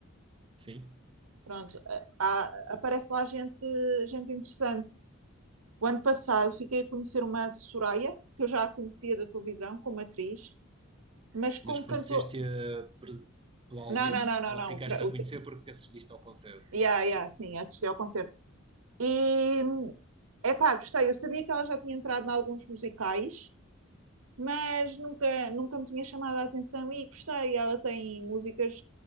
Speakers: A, on the right (about 25°); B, on the right (about 85°).
A: sim.
B: pronto, há- aparece lá gente, gente interessante. O ano passado fiquei a conhecer uma Soraya, que eu já a conhecia da televisão como atriz, mas como
A: Mas conheceste-a
B: cantor.
A: pres- pessoalmente
B: Não, não, não, não,
A: ou
B: não.
A: ficaste
B: O tra...
A: a
B: O
A: conhecer
B: tra...
A: porque assististe ao concerto?
B: Yeah, yeah, sim, assisti ao concerto. E Epá, gostei. Eu sabia que ela já tinha entrado em alguns musicais, mas nunca, nunca me tinha chamado a atenção e gostei. Ela tem músicas